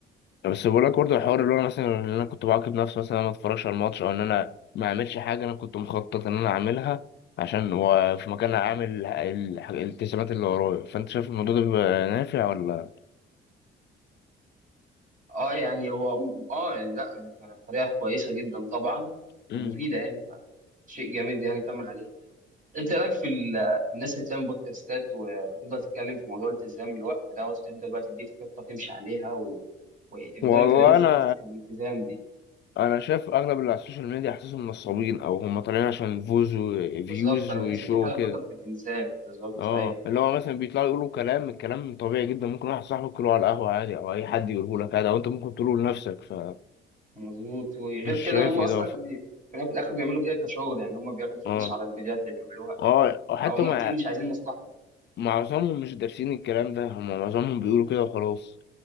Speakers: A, on the left; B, on the right.
A: بس بقول لك برضه الحوار اللي هو مثلا ان انا كنت بعاقب نفسي مثلا أنا ما اتفرجش على الماتش او ان انا ما اعملش حاجة انا كنت مخطط ان انا اعملها عشان وفي مكانها اعمل الح- الالتزامات اللي ورايا فانت شايف الموضوع ده بيبقى نافع ولا
B: اه يعني هو اه يعني لا يعني كان طريقه كويسه جدا طبعا
A: امم
B: ومفيده يعني فشيء جميل يعني كمل عليه انت إيه رايك في ال- الناس اللي بتعمل بودكاستات وتفضل تتكلم في موضوع الالتزام الوقت دوت وتبدا بقى تديك خطه تمشي عليها و... ويفضلوا
A: والله
B: يكلموك في
A: انا
B: حته الالتزام دي
A: انا شايف اغلب اللي على السوشيال ميديا حاسسهم نصابين او هم طالعين عشان فوز وفيوز
B: بالظبط انا
A: وشو
B: بحس ان دي حاجه
A: كده
B: فطره في الانسان بالظبط
A: اه
B: صحيح
A: اللي هو مثلا بيطلعوا يقولوا كلام الكلام طبيعي جدا ممكن واحد صاحبك يقوله على القهوه عادي او اي حد يقوله لك عادي او انت ممكن تقوله لنفسك فمش
B: مظبوط وغير
A: شايف
B: كده هم
A: اضافه
B: اصلا يعني في الأول وفي الاخر بيعملوا كده كشغل يعني هم بياخدوا فلوس
A: اه
B: على الفيديوهات اللي بيعملوها
A: اه حتى
B: فهم
A: مع
B: اكيد مش عايزين مصلحتك
A: معظمهم مش دارسين الكلام ده هم معظمهم بيقولوا كده وخلاص